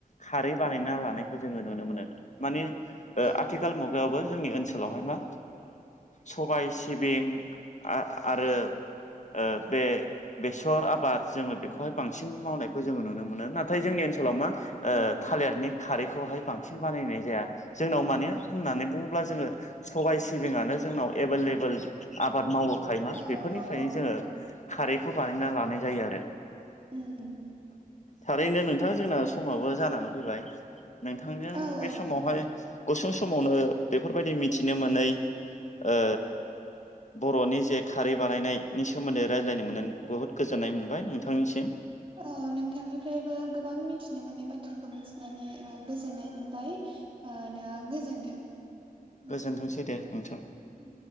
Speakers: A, on the left; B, on the right.
A: खारै बानायना लानायखौ जोङो नुनो मोनो। माने ओ
B: औ
A: आथिखाल मुगायावबो जोंनि ओनसोलावहाय मा सबाय सिबिं आ-आरो ओ बे बेसर आबाद जोङो बेखौहाय बांसिन मावनायखौ जोङो नुनो मोनो। नाथाय जोंनि ओनसोलाव मा ओ
B: उम
A: थालिरनि खारैखौहाय बांसिन बानायनाय जाया। जोंनाव माने होननानै बुङोब्ला जोङो सबाय सिबिङानो जोंनाव एभेलेबोेल आबाद मावो। थायोना
B: औ
A: बेफोरनिफ्रायनो
B: औ औ
A: जोङो
B: नंगौ
A: खारैखौ बानायना लानाय जायो आरो।
B: उम उम उम।
A: थारैनो नोंथां जोंना समावबो जानानै फैबाय नोंथांजों
B: औ
A: बे
B: औ
A: समावहाय
B: नंगौ नोंथां
A: गुसुं समावनो बेफोरबायदि मिथिनो मोनै ओ बर'नि जे खारै बानायनायनि सोमोन्दै रायज्लायनो मोननानै बुहुद गोजोननाय मोनबाय नोंथांनिसिम
B: ओ नोंथांनिफ्रायबो गोबां मिथिनो मोनै बाथ्राखौ मिथिनानै ओ गोजोननाय मोनबाय। ओ दा गोजोन्थों। उम
A: गोजोनथोंसै दे नोंथां।
B: उम